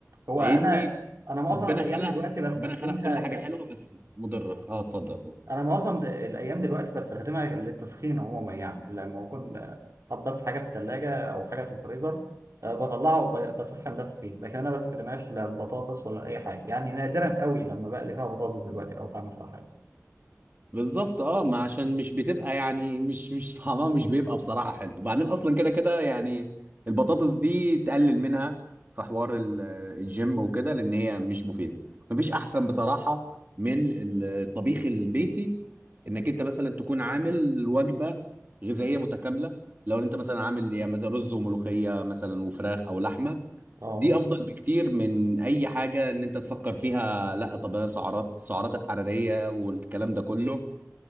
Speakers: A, on the right; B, on the right.
A: هو
B: لاني
A: انا انا معظم
B: ربنا
A: الايام
B: خلق
A: دلوقتي بستخدمها
B: ربنا خلق كل حاجه حلوه بس مضره اه اتفضل
A: انا معظم د- الايام دلوقتي بستخدمها للتسخين عموما يعني لما بكون آه، حاطط بس حاجه في الثلاجه او حاجه في الفريزر آه، بطلعها وبسخن بس فيه لكن انا بستخدمهاش لا البطاطس ولا اي حاجه يعني نادرا قوي لما بقلي فيها بطاطس دلوقتي او بعمل فيها حاجه
B: بالظبط اه ما عشان مش بتبقى يعني مش مش <laughs> طعمها مش بيبقى بصراحة حلو وبعدين اصلا كده كده يعني البطاطس دي تقلل منها في حوار ال- الجيم وكده لان هي مش مفيدة مفيش احسن بصراحة من الطبيخ البيتي انك انت مثلا تكون عامل وجبة غذائية متكاملة لو انت مثلا عامل يعني مثلا رز وملوخية مثلا وفراخ او لحمة
A: اه
B: دي افضل بكتير من اي حاجة ان انت تفكر فيها لا طب أنا سعرات السعرات الحرارية والكلام ده كله